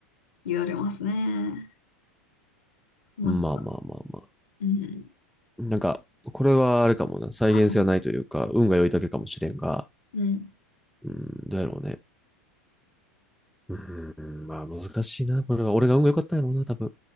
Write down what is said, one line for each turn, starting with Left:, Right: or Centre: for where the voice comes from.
Left: 言われますね。困った。
Centre: まあまあまあま
Left: うん。
Centre: あ。なんか、これはあれかもな。再現性がないというか、
Left: はい。
Centre: 運が良いだけかもしれんが、
Left: うん。
Centre: うん、どうやろうね。うん、まあ難しいな。これが、俺が運が良かったんやろうな、多分。